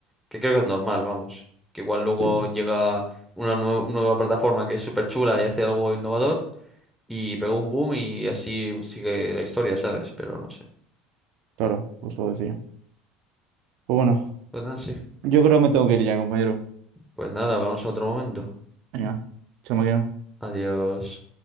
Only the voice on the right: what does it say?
Sí,
claro, pues lo decía. Pues bueno,
yo creo que me tengo que ir ya, compañero.
Venga, chao, máquina.